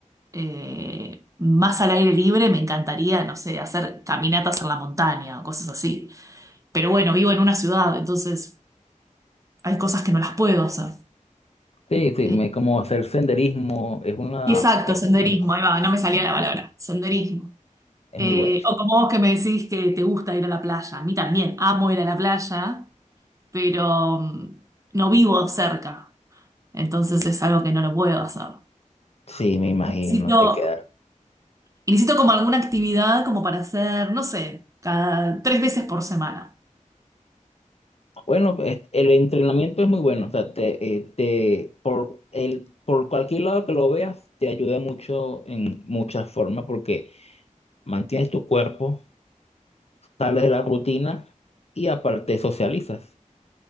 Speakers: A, on the right; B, on the left.
A: eh, más al aire libre, me encantaría, no sé, hacer caminatas en la montaña o cosas así. Pero bueno, vivo en una ciudad, entonces hay cosas que no las puedo hacer.
B: sí, sí,
A: Eh,
B: me, como hacer senderismo, es una,
A: exacto,
B: es
A: senderismo,
B: muy bueno,
A: ahí va, no me salía la palabra, senderismo.
B: es
A: Eh,
B: muy bueno.
A: o como vos que me decís que te gusta ir a la playa, a mí también, amo ir a la playa, pero mm, no vivo cerca, entonces es algo que no lo puedo hacer.
B: Sí, me imagino,
A: Necesito,
B: te queda.
A: y necesito como alguna actividad como para hacer, no sé, cada tres veces por semana.
B: Bueno, pues, el entrenamiento es muy bueno, o sea, te, eh, te, por, el, por cualquier lado que lo veas, te ayuda mucho en muchas formas porque... mantienes tu cuerpo, sales de la rutina y aparte socializas.